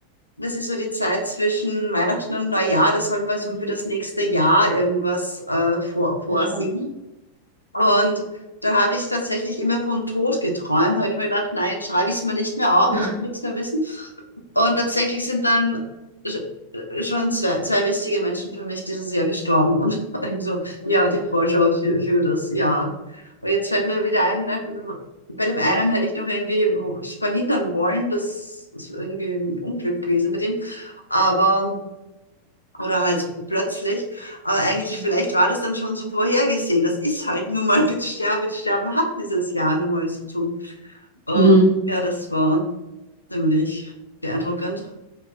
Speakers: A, on the left; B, on the right.
A: Das ist so die Zeit zwischen Weihnachten und Neujahr. Da soll man so
B: Mhm.
A: für das nächste Jahr irgendwas äh, vor, vorsingen.
B: Sehr spannend.
A: Und da habe ich tatsächlich immer von Tod geträumt. Da habe ich mir gedacht, nein, jetzt schreibe ich es mir nicht mehr auf,
B: <laughs>
A: ich will nichts mehr wissen. Und tatsächlich sind dann sch- schon zwei, zwei wichtige Menschen für mich dieses Jahr gestorben. Und <laughs> irgendwie so,
B: Oh
A: ja, die
B: Gott.
A: Vorschau für, für das Jahr. Und jetzt fällt mir wieder ein, ne, bei dem einen hätte ich noch irgendwie verhindern wollen, dass es irgendwie ein Unglück gewesen bei dem. Aber. Oder halt plötzlich. Aber eigentlich,
B: Mhm.
A: vielleicht war das dann schon so vorhergesehen. Das ist halt nun mal mit Sterben, mit Sterben hat dieses Jahr nun mal zu tun. Äh,
B: Mhm.
A: ja, das war ziemlich beeindruckend.